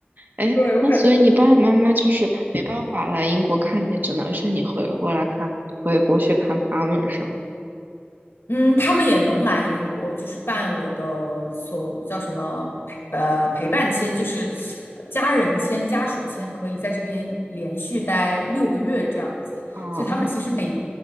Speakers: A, on the right; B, on the left.
A: 哎，
B: 对，我感觉
A: 那所以你爸爸妈妈就是没办法来英国看你，只能是你回过来看，回国去看他们是吗？
B: 嗯，他们也能来英国，就是办我的所叫什么陪呃陪伴签，就是呃家人签、家属签，可以在这边连续待六个月这样子。
A: 啊，
B: 所以他们其实每